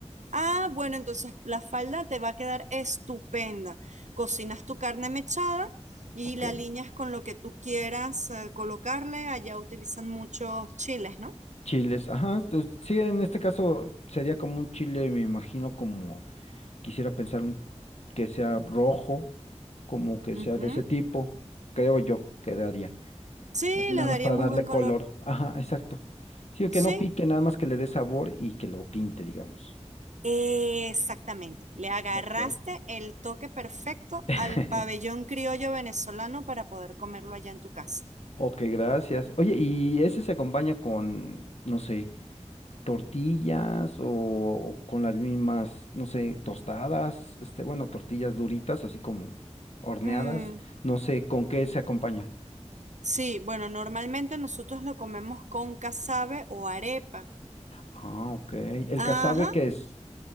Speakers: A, on the right; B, on the left.
A: Ah, bueno, entonces la falda te va a quedar estupenda. Cocinas tu carne mechada y
B: Ok.
A: la alineas con lo que tú quieras eh, colocarle. Allá utilizan muchos chiles, ¿no?
B: Chiles, ajá, pues, sí, en este caso sería como un chile, me imagino como quisiera pensar un que sea rojo, como que
A: Ujú.
B: sea de ese tipo, creo yo quedaría.
A: Sí,
B: Así
A: le
B: nada
A: daría
B: más para
A: muy
B: darle
A: buen color.
B: color. Ajá, exacto. Sí, que
A: Sí,
B: no pique, nada más que le dé sabor y que lo pinte, digamos.
A: Exactamente, le agarraste
B: Ok.
A: el toque perfecto
B: <laughs>
A: al pabellón criollo venezolano para poder comerlo allá en tu casa.
B: Ok, gracias. Oye, y ese se acompaña con, no sé, tortillas o, o con las mismas, no sé, tostadas, este, bueno, tortillas duritas, así como horneadas,
A: Mm,
B: no sé, ¿con qué se acompaña?
A: sí, bueno, normalmente nosotros lo comemos con casabe o arepa.
B: Ah, ok. ¿El
A: Ajá,
B: casabe qué es?